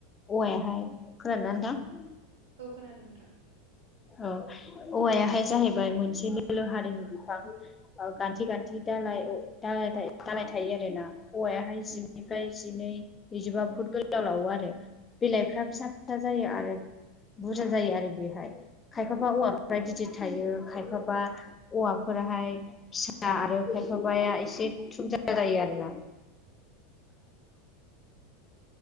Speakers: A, on the left; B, on the right.
A: औवायाहाय खोनादोंना नोंथां?
B: औ खोनादों नोंथां।
A: औ औवायाहाय जाहैबाय मोनसे निलो हारिनि बिफां। गान्थि गान्थि दालाय दा- दालाय थायो आरोना। औवायाहाय जिबनिफ्राय जिनै नैजिबा फुट गोलाव लावो आरो। बिलाइफ्रा फिसा फिसा जायो आरो बुरजा जायो आरो बेहाय खायफाबा औवाफ्राय गिदिर थायो खायफाबा औवाफोराहाय फिसा आरो खायफाबाया एसे जायो आरोना।